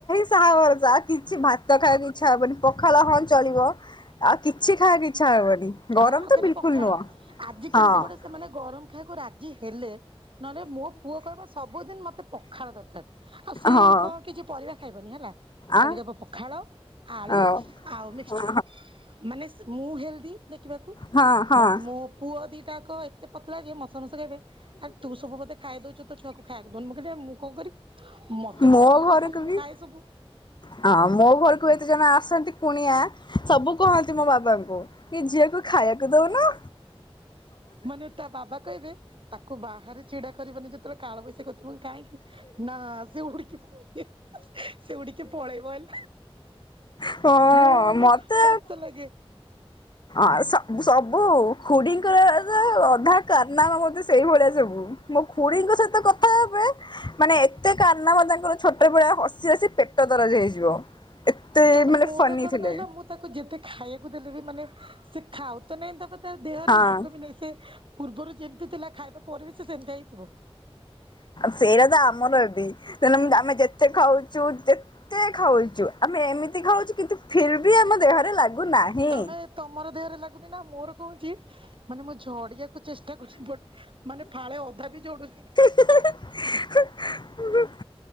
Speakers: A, on the left (about 45°); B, on the right (about 55°).
A: ଶାହା ଭରସା କିିଛି ଭାତ ଖାଇବାକୁ ଇଚ୍ଛା ହବନି। ପଖାଳ ହଁ ଚଳିବ ଆଉ କିଛି ଖାଇବାକୁ ଇଚ୍ଛା ହବନି ଗରମ
B: ହଁ ଆଉ
A: ତ
B: ଖାଲି
A: ବିଲକୁଲ
B: ପଖାଳ
A: ନୁହଁ।
B: ଆଜି
A: ହଁ
B: କେମିତି ଗୋଟେ ସେମାନେ ଗରମ ଖାଇବାକୁ ରାଜି ହେଲେ। ନହେଲେ ମୋ ପୁଅ କହିବା ସବୁଦିନ ମତେ ପଖାଳ ଦରକାର ଆଉ ସିଏ
A: ହଁ
B: କଣ କିଛି ପରିବା ଖାଇବନି ହେଲା ଖାଲି
A: ଆ
B: ପଖାଳ ଆଳୁ
A: ହଉ
B: ଆଉ ମିକ୍ସ
A: ହଁ
B: ମାନେ ମୁଁ ହେଲ୍ଦି ଦେଖିବାକୁ
A: ହଁ ହଁ
B: ବଟ ମୋ ପୁଅ ଦିଟାକ ଏତେ ପତଲା ଲାଗେ ମୋତେ ସମସ୍ତେ କହିବେ ଆରେ ତୁ ସବୁ ବୋଧେ ଖାଇଦଉଛୁ ତୋ ଛୁଆକୁ ଖାଇବାକୁ ଦେଉନୁ ମୁ କହିଲି ମୁଁ କଣ କରିବି ମତେ
A: ମୋ
B: ତ ସବୁ
A: ଘରକୁ
B: ପସନ୍ଦ ମୁଁ
A: ବି
B: ଖାଏ ସବୁ
A: ହଁ ମୋ ଘରକୁ ଏତେ ଜଣ ଆସନ୍ତି କୁଣିଆ ସବୁ କୁହନ୍ତି ମୋ ବାବାଙ୍କୁ ଏ ଝିଅକୁ ଖାଇବାକୁ ଦଉନ
B: ମାନେ ତା ବାବା କହିବେ ତାକୁ ବାହାରେ ଛିଡା କରିବନି ଯେତେବେଳେ କାଳବୈସା କ ତ କାହିଁକି ନା ସେଉଡ଼ିକି ପଳେଇବ ସେଉଡ଼ିକି ପଳେଇବ ହେଲେ
A: ହଁ
B: ମୁଁ ମାନେ
A: ମତେ
B: ହସ ଲାଗେ
A: ଆଉ ସ ସବୁ ଖୁଡିଙ୍କର ଅଧା କାର ନମା ସେଇଭଳିଆ ସବୁ ମୋ ଖୁଡିଙ୍କ ସହିତ କଥା ହବେ ମାନେ ଏତେ କାରନାମା ତାଙ୍କର ଛୋଟ ଭଳିଆ ହସି ହସି ପେଟ ଦରଜ ହେଇଯିବ ଏତେ
B: ତାପରେ
A: ମାନେ
B: ମୋର
A: ଫନି
B: କଣ
A: ଥିଲେ
B: କହିଲ ମୁଁ ତାକୁ ଯେତେ ଖାଇବାକୁ ଦେଲେ ବି ମାନେ ସେ ଖାଉ ତ ନାଇଁ ତାପ ତା ଦେହରେ
A: ହଁ
B: ଲାଗ ବି ନାହିଁ ସେ ପୂର୍ବରୁ ଯେମ୍ତି ଥିଲା ଖାଇବା ପରେ ବି ସେ ସେମିତିଆ ହେଇଥିବ।
A: ସେଇଟା ତ ଆମର ବି <unintelligible> ତ ଆମେ ଯେତେ ଖାଉଚୁ ଯେ କେତେ ଖାଉଚୁ ଆମେ ଏମିତି ଖାଉଚୁ କିନ୍ତୁ ଫର୍ ବି ଆମ ଦେହରେ ଲାଗୁନାହିଁ।
B: ତମେ ତମର ଦେହରେ ଲାଗୁନି ନା ମୋର କହୁଚି ମାନେ ମୁଁ ଝଡିଆକୁ ଚେଷ୍ଟା କରୁ ବଟ୍ ମାନେ ଫାଳେ ଅଧା ବି ଜୋଡୁନି।
A: ହୁଁ।